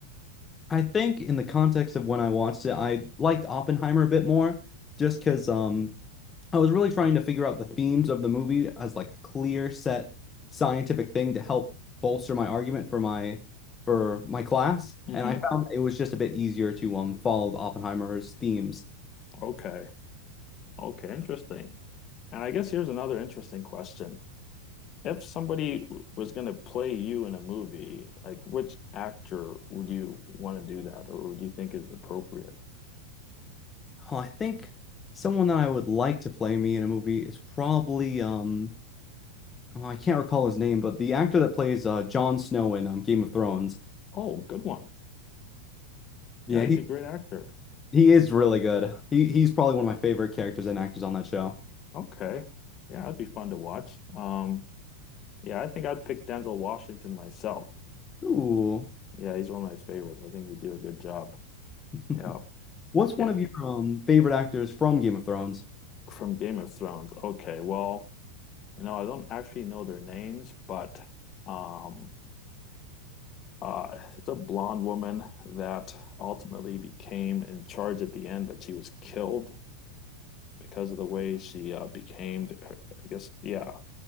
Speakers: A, on the left; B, on the left.
A: I think in the context of when I watched it, I liked Oppenheimer a bit more, just because um I was really trying to figure out the themes of the movie as like a clear set scientific thing to help bolster my argument for my for my class.
B: hmm
A: And I found that it was just a bit easier to um follow Oppenheimer's themes.
B: Okay. Okay, interesting. And I guess here's another interesting question. If somebody w- was going to play you in a movie, like which actor would you want to do that or would you think is appropriate?
A: Oh, I think someone that I would like to play me in a movie is probably um oh, I can't recall his name, but the actor that plays uh Jon Snow in um, Game of Thrones.
B: Oh, good one.
A: Yeah,
B: Yeah, he's
A: he
B: a great actor.
A: he is really good. He he's probably one of my favorite characters and actors on that show.
B: Okay. Yeah, that'd be fun to watch. Um, yeah, I think I'd pick Denzel Washington myself.
A: Ooh.
B: Yeah, he's one of my favorites. I think he did a good job.
A: <laughs>
B: Yeah.
A: What's
B: Yeah.
A: one of your um favorite actors from Game of Thrones?
B: From Game of Thrones. Okay. Well, you know, I don't actually know their names, but um uh it's a blonde woman that ultimately became in charge at the end, but she was killed because of the way she uh, became the- her, I guess yeah,